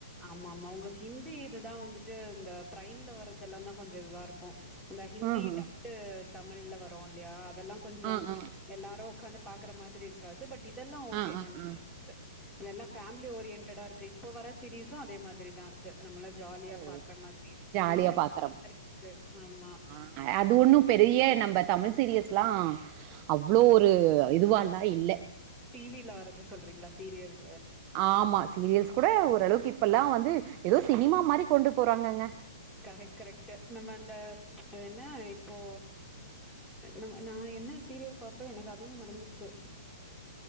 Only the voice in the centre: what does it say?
ஆமா ஆமா உங்களுக்கு ஹிந்தி இதுதா வந்துட்டு இந்த பிரைம்ல வர்றதெல்லா தான் கொஞ்சோ இதுவா இருக்கு அந்த ஹிந்தி
டப்டு தமிழ்ல வரோ இல்லையா அதெல்லா கொஞ்சோ
எல்லாரு உக்காந்து பாக்குற மாதிரி இருக்காது பட் இதெல்லாம் ஓகே
நல்ல
நல்லா ஃபேமிலி ஓரியன்டடா இருக்கு இப்ப வர சீரிஸும் அதே மாதிரிதா இருக்கு நம்மளா ஜாலியா
பாக்குற மாதிரி
என்ஜாய்
<inaudible> மாதிரி இருக்கு ஆமா
டிவில வரது சொல்றீங்களா சீரியல்
கரெட் கரெக்ட்டு நம்ம அந்த என்ன இப்போ நம் நா என்ன சீரியல் பாப்பே எனக்கு அதுமே மறந்துருச்சு